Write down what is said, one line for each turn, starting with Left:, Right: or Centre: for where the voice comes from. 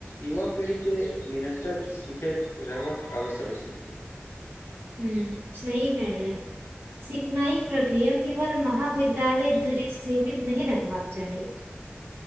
Left: युवा पीढ़ी के निरन्तर शिखैत रहबाक आवश्यक अछि
Right: ह्म सही कहले सिखनाईक प्रक्रिया केवल महाविद्यालय धरि सीमित नहि रखबाक चाही